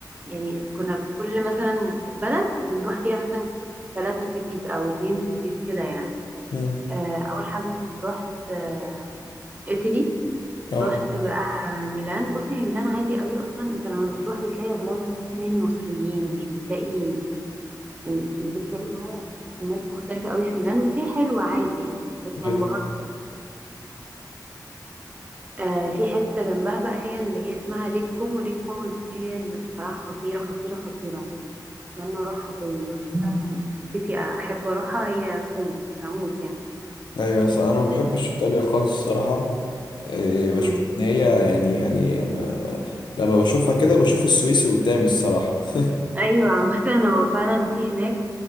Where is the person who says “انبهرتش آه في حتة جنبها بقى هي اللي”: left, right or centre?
Right